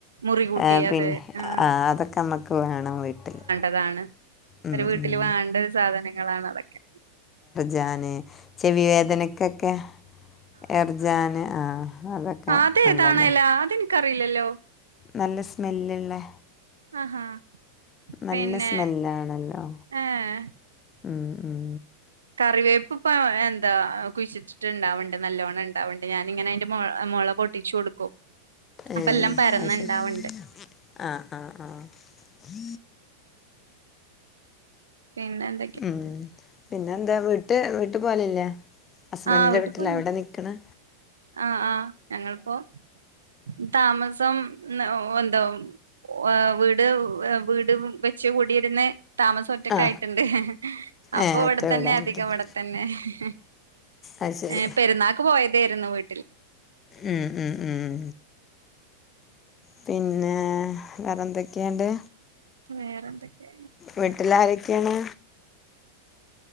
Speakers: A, on the right; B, on the left.
A: മുറികൂട്ടി
B: ഏഹ്
A: അതെ
B: പിന്നെ
A: ആ
B: അ അതൊക്കമ്മക്ക് വേണം വീട്ടില്
A: അതാണ്
B: ഉം
A: ഒരു വീട്ടിൽ
B: ഉം
A: വേണ്ട സാധനങ്ങളാണ് അതൊക്കെ
B: ജാന് ചെവി വേദനക്കൊക്കെ എർജാന് ആഹ് അതൊക്കെ
A: ആതേതാണെല
B: നല്ലതാ
A: അതെനിക്കറിയില്ലല്ലോ
B: നല്ല സ്മെല്ലുള്ളെ
A: ആഹാ
B: നല്ല
A: പിന്നെ
B: സ്മെല്ലാണല്ലോ
A: ഏഹ്
B: ഉം ഉം
A: കറിവേപ്പ് ഇപ്പ എന്താ കുഴിച്ചിട്ട്ട്ട് ഇണ്ടാവ്ണ്ട് നല്ലോണ്ണം ഇണ്ടാവ്ണ്ട് ഞാനിങ്ങനെ അയിന്റെ മൊ മൊള പൊട്ടിച്ച് കൊടുക്കും
B: ഏഹ്
A: അപ്പം എല്ലാം പരന്ന്
B: അത് ശരി
A: ഇണ്ടാവ്ണ്ട്.
B: ആഹ്, ആഹ്, ആഹ്
A: പിന്നെന്ത്
B: ഉം, പിന്നെ എന്താ വീട്ട് വീട്ട് പോവലില്ലേ? ഹസ്ബൻഡിന്റെ
A: ആഹ് വീട്ടി
B: വീട്ടില
A: പോയിന്
B: അവിടെ നിക്ക്ണ്?
A: ആഹ്, ആഹ് ഞങ്ങളിപ്പോ ഉം താമസംന്ന് ഓഹ് എന്തോ ഓഹ് വീട് വീ ട് വെച്ച് കൂടിര്ന്ന് താമസം ഒറ്റക്കായിട്ടുണ്ട്
B: ആ
A: ഹെ ഹെ ഹെ അപ്പൊ
B: ഏ
A: ഇവിടെത്തന്നെ
B: ഒറ്റ വീടായിട്ടുണ്ട്
A: അധികം ഇവിടെത്തന്നെ ഹെ ഹെ
B: അത് ശരി
A: ഏഹ് പെരുന്നാക്ക് പോയതേര്ന്നു വീ
B: ഉം ഉം ഉം പിന്നെ വേറെ എന്തൊക്കെണ്ട്?
A: വേറെ എന്തൊക്കെ?
B: വീട്ടിലാരൊക്കെയാണ്?